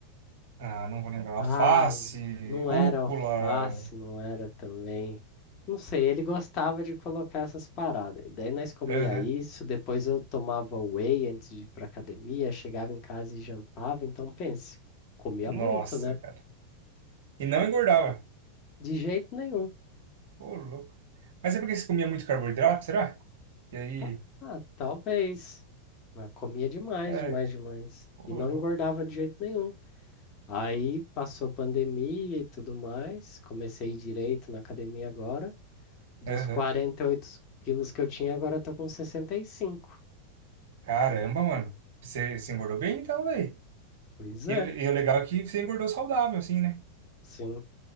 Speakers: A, on the right; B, on the left.
A: Ah, não vou lembrar.
B: Ah,
A: Alface,
B: não
A: rúcula.
B: era alface, não era também. Não sei, ele gostava de colocar essas paradas. Daí nós comia
A: Aham.
B: isso, depois eu tomava whey antes de ir pra academia, chegava em casa e jantava. Então pense, comia
A: Nossa,
B: muito, né?
A: cara. E não engordava.
B: De jeito nenhum.
A: Ô, louco. Mas é porque você comia muito carboidrato, será? E aí.
B: Ah, ah, talvez. Mas comia demais,
A: É.
B: demais, demais.
A: Ô,
B: E não
A: louco.
B: engordava de jeito nenhum. Aí passou pandemia e tudo mais, comecei direito na academia agora. Dos
A: Aham.
B: 48 quilos que eu tinha, agora eu tô com 65.
A: Caramba, mano. Você, você engordou bem então, velho.
B: Pois
A: E,
B: é,
A: o e o legal é que você engordou saudável, assim, né?
B: sim,